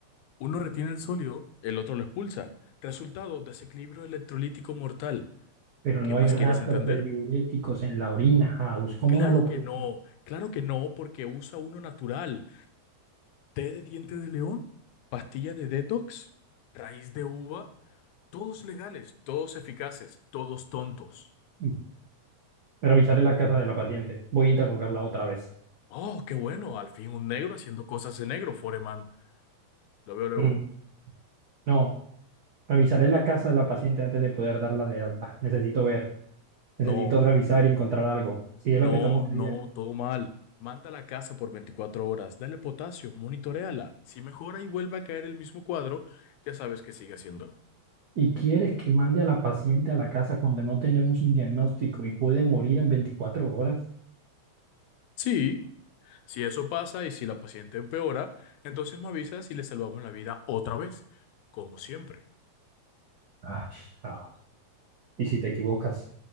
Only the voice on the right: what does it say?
Pero no
hay rastros
de diuréticos en la orina, House. ¿Cómo
no lo puedes?
Mm. Revisaré la casa de la paciente. Voy a interrogarla otra vez.
Mm. No, revisaré la casa de la paciente antes de poder darla de alta. Necesito ver.
Necesito revisar y encontrar algo. Si
es lo que estamos creyendo.
y quieres que mande a la paciente a la casa cuando no tenemos un diagnóstico y puede morir en 24 horas.
Ay, ah, Y si te equivocas,